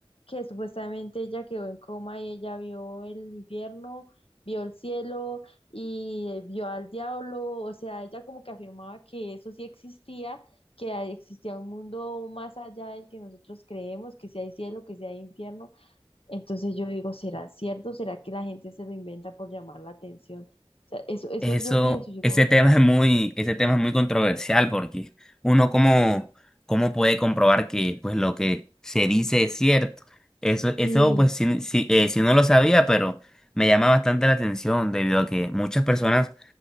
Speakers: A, on the left; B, in the centre.
A: que supuestamente ella quedó en coma y ella vio el infierno, vio el cielo y eh, vio al diablo, o sea, ella como que afirmaba que eso sí existía, que ahí existía un mundo más allá del que nosotros creemos, que si hay cielo, que si hay infierno, entonces yo digo, ¿será cierto? ¿Será que la gente se lo inventa por llamar la atención? O sea, eso, eso
B: Eso,
A: yo pienso, yo digo,
B: ese tema es muy, ese tema es muy controversial porque uno cómo, cómo puede comprobar que pues lo que se dice es cierto. Eso, eso
A: sí,
B: pues si, si, eh, si no lo sabía, pero me llama bastante la atención debido a que muchas personas